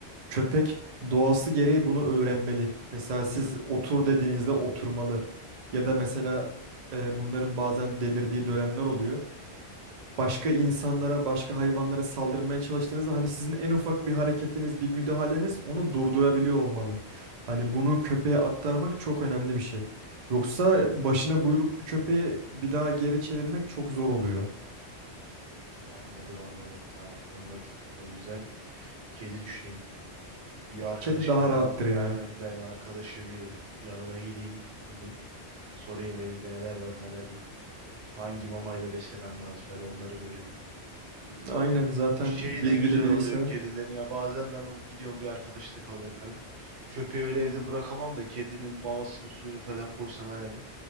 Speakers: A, on the right; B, on the right.
A: köpek doğası gereği bunu öğrenmeli. Mesela siz
B: Hı.
A: otur dediğinizde oturmalı. Ya da mesela e, bunların bazen delirdiği dönemler oluyor başka insanlara, başka hayvanlara saldırmaya çalıştığınızda hani sizin en ufak bir hareketiniz, bir müdahaleniz onu durdurabiliyor olmalı. Hani bunu köpeğe aktarmak çok önemli bir şey. Yoksa başına buyruk bir köpeği bir daha geri çevirmek çok zor oluyor.
B: Anladım anladım tamam. onu da dik- o yüzden kedi düşüneyim. Bir arkadaşı
A: Kedi daha
B: falan
A: rahattır ya.
B: aynen ben arkadaşı bir yanına gideyim bugün. Sorayım elinde neler var neler yok. Hangi mamayla beslemem lazım falan onları bir öğreneyim.
A: Aynen zaten
B: Bir şey
A: bilgili
B: de güzel
A: biriyse.
B: oluyor kedilerin ya bazen ben gidiyorum bir arkadaşta kalıyorum falan. Köpeği öyle evde bırakamam da kedinin mamasını suyunu falan koysam herhalde.